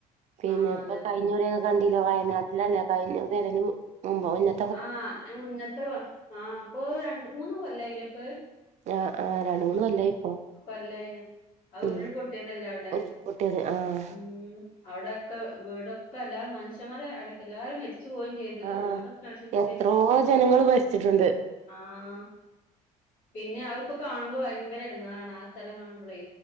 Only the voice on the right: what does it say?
പിന്നെ
ഇപ്പ
ഞ്ഞൂര് കണ്ടില്ലെ വയനാട്ടിലല്ലെ ആഹ് കഴിഞ്ഞുറി അല്ല അയിന്റെ മു മുമ്പോ പിന്ന
ആഹ് ആഹ് രണ്ട്, മൂന്ന് കൊല്ലായി ഇപ്പൊ.
ഉം
ഉരുൾപൊട്ടിയത് ആഹ്
ആഹ്
എത്രോ ജനങ്ങള് മരിച്ചിട്ടുണ്ട്